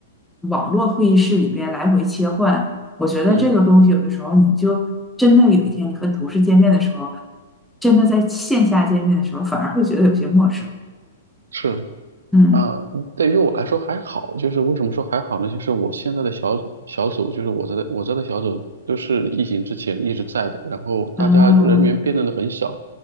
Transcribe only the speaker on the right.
嗯，
是
啊，对于我来说还好，就是为什么说还好呢？就是我现在的小小组，就是我在的我在的小组，都是疫情之前一直在的，然后大家人员变动的很小。